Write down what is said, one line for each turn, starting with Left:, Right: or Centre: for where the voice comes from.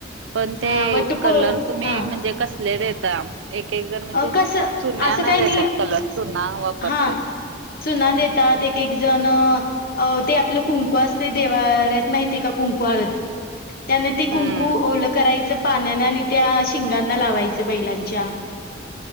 Right: पण
Left: हा
Right: ते
Left: वटपो
Right: कलर तुम्ही
Left: हा
Right: म्हणजे कसले देता. एक एक जण म्हणजे
Left: कसं
Right: चुण्या
Left: असं
Right: ना
Left: काही
Right: देतात
Left: नाही
Right: कलर चुना वापरतात.
Left: हा चुना देतात एक एक जण अ ते आपलं कुंकू अस ते देव्हाऱ्यात माहितीय का कुंकू हळद त्याने ते
Right: हम्म.
Left: कुंकू ओलं करायचं पाण्याने आणि त्या शिंगांना लावायचं बैलांच्या